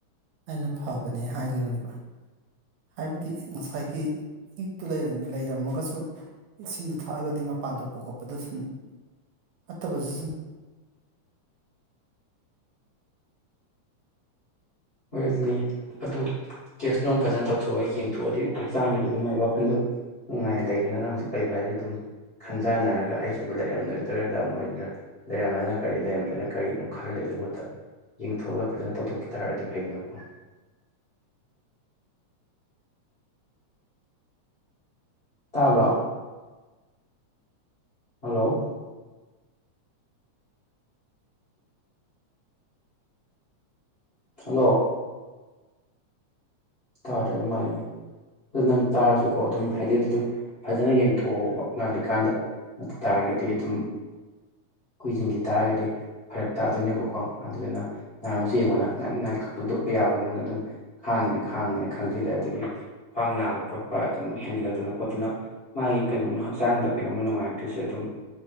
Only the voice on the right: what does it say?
ꯑꯩꯅ ꯐꯕꯅꯦ ꯍꯥꯏꯒꯤꯕꯅꯦꯕ ꯍꯥꯏꯕꯗꯤ ꯉꯁꯥꯏꯒꯤ ꯍꯤꯛꯇꯨ ꯂꯩꯔꯝꯃꯤ ꯂꯩꯔꯝꯃꯒꯥꯁꯨ ꯏꯁꯤꯡꯗꯨ ꯊꯛꯑꯒꯗꯤ ꯃꯄꯥꯟ ꯊꯣꯛꯄ ꯈꯣꯠꯄꯗꯣ ꯁꯨꯝ ꯐꯠꯇꯕꯖꯤ ꯁꯨꯝ